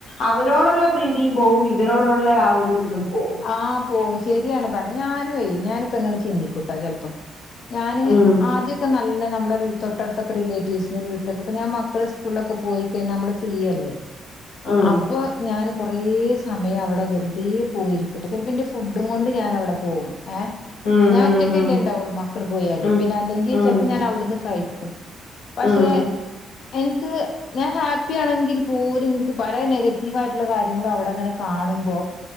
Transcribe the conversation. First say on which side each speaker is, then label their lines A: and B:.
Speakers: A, on the left; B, on the left.
A: അവരോടുള്ള പ്രീതിയും പോകും ഇവരോടുള്ള ആഹ് ഒരു ഇതും പോകും.
B: ആഹ് പോവും ശരിയാണ് പറഞ്. ഞാനും ഞാനിപ്പങ്ങനെ ചിന്തിക്കൂട്ടോ ചിലപ്പോ ഞാന്
A: ഉം
B: ആദ്യൊക്കെ നല്ല നമ്മള തൊട്ടടുത്തൊക്കെ റിലെറ്റീവ്സിന്റെ വീട്ടിലക്കെ ഇപ്പോമക്കൾ സ്കൂളിലൊക്കെ പോയി കഴിഞ്ഞാ നമ്മള് ഫ്രീയല്ലേ?
A: ഉം
B: അപ്പൊ ഞൻ കൊറേ സമയം അവിടെ വെറുതെ പോയിരിക്കൂട്ടെ ചിലപ്പന്റെ ഫുഡും കൊണ്ട് ഞാൻ അവിടെ പോകും ഏഹ്
A: ഉം
B: ഞാൻ
A: ഉം
B: ഒറ്റക്കല്ലേ ഉണ്ടാവുള്ളു മക്കള് പോയല്.
A: ഉം
B: പിന്നെ അല്ലെങ്കിൽ
A: ഉം
B: ചിലപ്പോ ഞാൻ അവിടുന്ന് കഴിക്കും. പക്ഷെ
A: ഉം
B: എനിക്ക് ഞാൻ ഹാപ്പിയണെങ്കിൽ പോലും ഇന്ക്ക് പല നെഗറ്റീവയിട്ടുള്ള കാര്യങ്ങളും അവിടെ അങ്ങനെ കാണുമ്പോ